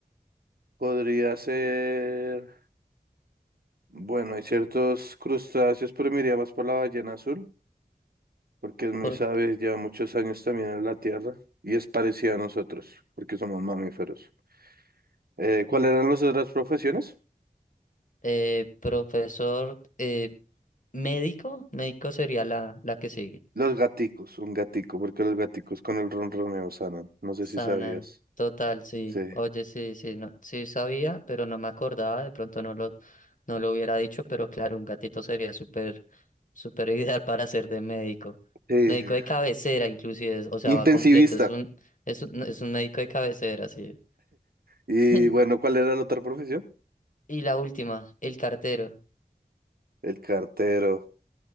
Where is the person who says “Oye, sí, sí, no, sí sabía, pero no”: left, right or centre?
Left